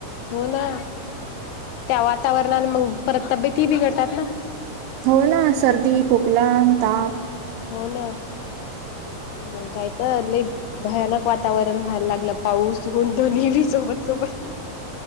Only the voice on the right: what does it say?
हो ना सर्दी, खोकला आणि ताप.